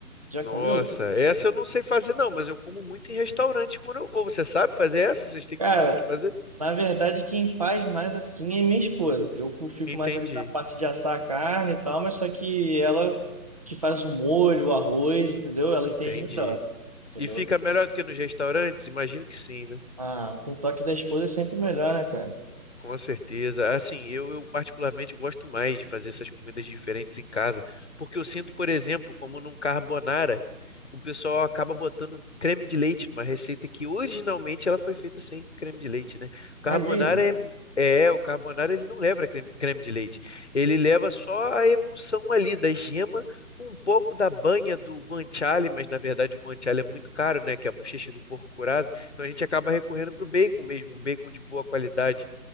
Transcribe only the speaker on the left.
nossa,
essa eu não sei fazer, não, mas eu como muito em restaurante quando eu vou. Você sabe fazer essa? Vocês têm
costume de fazer?
Entendi,
entendi.
E fica melhor do que nos restaurantes? Imagino que sim,
Com certeza. Assim, eu, eu particularmente gosto mais de fazer essas comidas diferentes em casa, porque eu sinto, por exemplo, como num carbonara, o pessoal acaba botando creme de leite numa receita que originalmente ela foi feita sem creme de leite, né? O carbonara
é, é, o carbonara ele não leva creme, creme de leite. Ele leva só a emulsão ali da gema com um pouco da banha do guanciale, mas na verdade o guanciale é muito caro, né? Que é a bochecha do porco curado. Então a gente acaba recorrendo para o bacon mesmo, um bacon de boa qualidade.